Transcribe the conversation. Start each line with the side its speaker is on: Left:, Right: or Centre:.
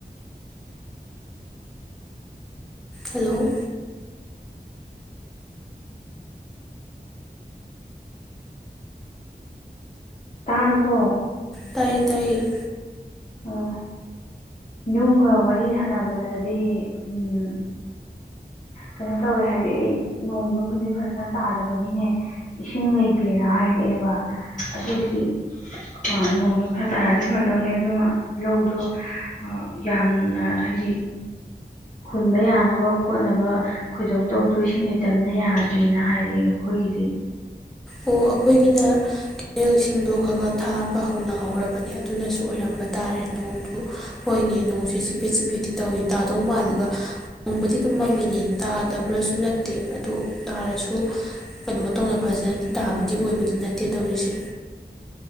Centre: ꯍꯜꯂꯣ꯫
Left: ꯇꯥꯔꯕꯣ꯫
Centre: ꯇꯥꯏꯌꯦ ꯇꯥꯏꯌꯦ꯫
Left: ꯑꯣ ꯌꯨꯝꯒ ꯋꯥꯔꯤ ꯁꯥꯟꯅꯕꯗꯗꯤ ꯎꯝ ꯀꯩꯅꯣ ꯇꯧꯋꯦ ꯍꯥꯏꯔꯛꯑꯦ ꯅꯣꯡꯗꯣ ꯍꯧꯖꯤꯛ ꯐꯖꯅ ꯇꯥꯗꯕꯒꯤꯅꯦ ꯏꯁꯤꯡ ꯂꯩꯇꯦꯅ ꯍꯥꯏꯔꯛꯑꯦꯕ ꯑꯗꯨꯒꯤ ꯍꯣꯏ ꯅꯣꯡꯗꯣ ꯈꯔ ꯇꯔꯥꯛ ꯑꯗꯤ ꯐꯗꯧꯅꯦ ꯑꯗꯨ ꯂꯧꯗꯣ ꯑ ꯌꯥꯝꯅ ꯍꯥꯏꯗꯤ ꯍꯨꯟꯕ ꯌꯥꯅꯕ ꯈꯣꯠꯅꯕ ꯈꯣꯏꯗꯣꯛꯇꯧꯗꯣ ꯏꯁꯤꯡ ꯂꯩꯇꯝꯅꯤꯅ ꯌꯥꯗ꯭ꯔꯤꯅ ꯍꯥꯏꯔꯛꯑꯦ ꯑꯩꯈꯣꯏꯒꯤꯗꯤ꯫
Centre: ꯑꯣ ꯑꯩꯈꯣꯏꯒꯤꯅ ꯀꯅꯦꯜ ꯏꯁꯤꯡꯗꯣ ꯈꯔꯒ ꯊꯥꯕ ꯍꯧꯅꯍꯧꯔꯕꯅꯦ ꯑꯗꯨꯅꯁꯨ ꯑꯣꯏꯔꯝꯕ ꯇꯥꯔꯦ ꯅꯣꯡꯗꯨ ꯍꯣꯏꯅꯦ ꯅꯣꯡꯁꯦ ꯆꯤꯐꯦꯠ ꯆꯤꯐꯦꯠꯇꯤ ꯇꯧꯏꯤ ꯇꯥꯗꯧ ꯃꯥꯜꯂꯒ ꯅꯣꯡꯃꯗꯤ ꯑꯗꯨ ꯃꯪꯉꯤꯅꯤ ꯇꯥꯗꯕ꯭ꯔꯁꯨ ꯅꯠꯇꯦ ꯑꯗꯣ ꯇꯥꯔꯁꯨ ꯀꯩꯅꯣ ꯃꯇꯧꯅ ꯐꯖꯅ ꯇꯥꯕꯗꯤ ꯑꯣꯏꯕꯗꯤ ꯅꯠꯇꯦ ꯇꯧꯔꯤꯁꯦ꯫